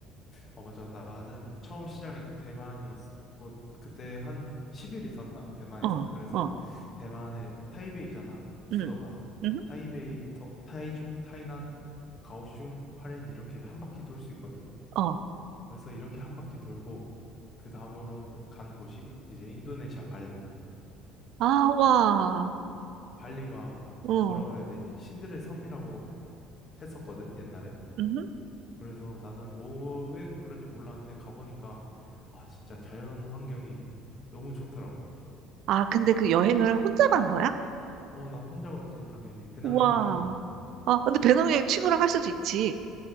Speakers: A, on the left (about 40°); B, on the right (about 65°).
A: 어, 맞아. 나는 처음 시작이 대만이었고, 그때 한 10일 있었나? 대만에서?
B: 어,
A: 그래서
B: 어,
A: 대만의 타이베이잖아, 수도가.
B: 응. 응
A: 타이베이부터 타이중, 타이난, 가오슝, 화롄 이렇게 한 바퀴 돌 수 있거든?
B: 어.
A: 그래서 이렇게 한 바퀴 돌고, 그 다음으로 간 곳이 이제 인도네시아 발리.
B: 아, 와.
A: 발리가,
B: 어.
A: 아, 뭐라고 해야 되지? 신들의 섬이라고 했었거든, 옛날에.
B: 응
A: 그래서 나는 뭐, 왜 그런지 몰랐는데 가보니까, 아, 진짜 자연 환경이 너무 좋더라고.
B: 아, 근데 그 여행을 혼자 간 거야?
A: 어, 나 혼자 갔지, 당연히. 배낭여행이잖아.
B: 우와. 아, 근데 배낭여행 친구랑 할 수도 있지.